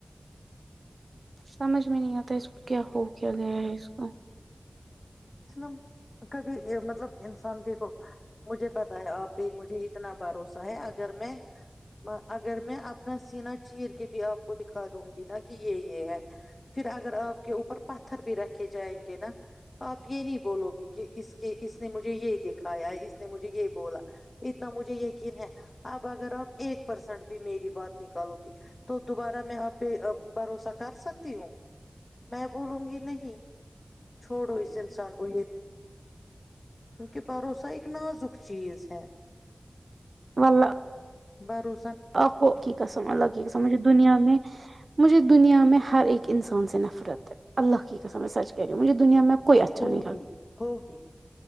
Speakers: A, on the right; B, on the left.
A: سمجھ میں نہیں آتا اس کو کیا ہو کیا گیا ہے اس کو
B: ن کبھی مطلب انسان دیکھو مجھے پتا ہے آپ بھی مجھے اتنا بھروسہ ہے اگر میں اگر میں اپنا سینا چیر کے بھی آپ کو دکھا دوں گی نا کہ یہ یہ ہے پھر اگر آپ کے اوپر پتھر بھی رکھے جائیں گے نا آپ یہ نہیں بولو گی کہ اس کے اس نے مجھے یہ دکھایا اس نے مجھے یہ بولا اتنا مجھے یقین ہے اب اگر آپ ایک پرسینٹ بھی میری بات نکالو گی تو دوبارہ میں آپ پہ بھروسہ کر سکتی ہوں میں بولوں گی نہیں چھوڑو انسان گوو یہیت کیونکہ بھروسہ اک نازک چیز سھ
A: مل <unintelligible>
B: برو
A: آقیک سمھ اللہ کییک سمجھے دنیا میں مجھے دنیا میں ہر ایک انسان سے نفرت ہے اللہ کی قسم میں سچ کہہ رہی ہوں مجھے دنیا میں کوئی اچھا
B: ہوگ
A: نہیں لگا
B: ہوگی